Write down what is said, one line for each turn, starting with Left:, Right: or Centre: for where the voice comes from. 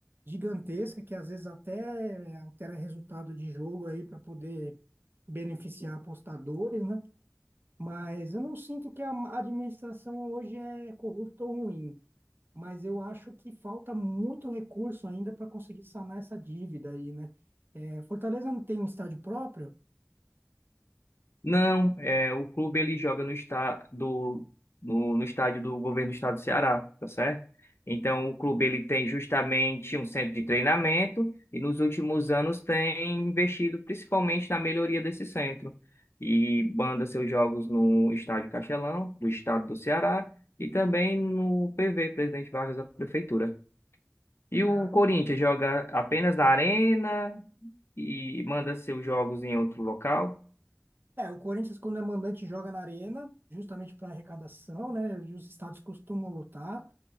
Right: gigantesca que às vezes até altera resultado de jogo aí para poder beneficiar apostadores, né? Mas eu não sinto que a administração hoje é corrupta ou ruim mas eu acho que falta muito recurso ainda para conseguir sanar essa dívida aí, né? É, Fortaleza não tem um estádio próprio.
Left: Não, é, o clube ele joga no, está, do, no, no estádio do governo do estado do Ceará, tá certo? Então, o clube ele tem justamente um centro de treinamento e nos últimos anos tem investido principalmente na melhoria desse centro e banda seus jogos no estádio Castelão, do estado do Ceará, e também no PV, Presidente Vargas da Prefeitura. E o
Right: Ah,
Left: Corinthians joga apenas na arena e manda seus jogos em outro local?
Right: É, o Corinthians, quando é mandante, joga na arena, justamente para arrecadação, né? E os estádios costumam lotar.